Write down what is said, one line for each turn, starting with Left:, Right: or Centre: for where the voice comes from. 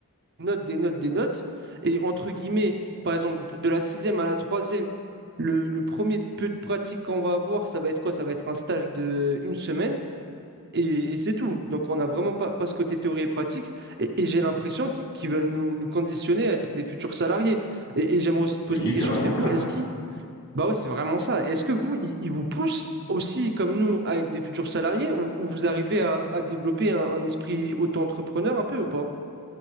Right: notes, des notes, des notes. Et entre guillemets, par exemple, de de la sixième à la troisième, le, le premier peu de pratique qu'on va avoir, ça va être quoi? Ça va être un stage de une semaine et, et c'est tout. Donc, on n'a vraiment pas, pas ce côté théorie et pratique. Et, et j'ai l'impression qu'ils qu'ils veulent nous, nous conditionner à être des futurs salariés. Et, et j'aimerais aussi te poser
Left: C'est littéralement
Right: une question, c'est
Left: le
Right: vous,
Left: cas.
Right: est-ce que bah ouais, c'est vraiment ça. Est-ce que vous, ils vous poussent aussi, comme nous, à être des futurs salariés ou, ou vous arrivez à, à développer un, un esprit auto-entrepreneur un peu ou pas?